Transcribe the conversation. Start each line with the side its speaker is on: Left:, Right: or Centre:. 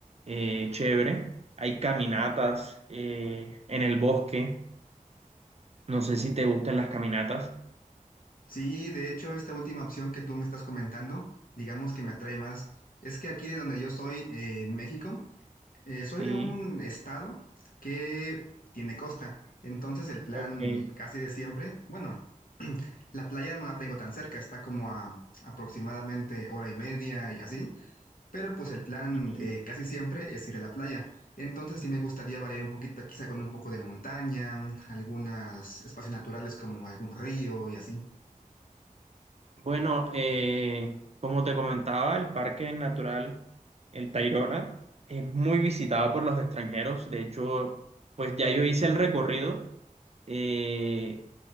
Right: eh, chévere. Hay caminatas eh, en el bosque no sé si te gustan las caminatas.
Left: Sí, de hecho, esta última opción que tú me estás comentando, digamos que me atrae más. Es que aquí de donde yo soy, eh, en México, eh, soy
Right: Sí,
Left: de un estado que tiene costa. Entonces el plan
Right: ok.
Left: casi de siempre, bueno, <clears throat> la playa no la tengo tan cerca, está como a aproximadamente hora y media y así. pero pues el plan
Right: Mm,
Left: de casi siempre es ir a la playa. Entonces sí me gustaría variar un poquito, quizá con un poco de montaña, algunos espacios naturales como algún río y así.
Right: Bueno, eh, como te comentaba, el Parque Natural El Tayrona es muy visitado por los extranjeros. De hecho, pues ya yo hice el recorrido. Eh,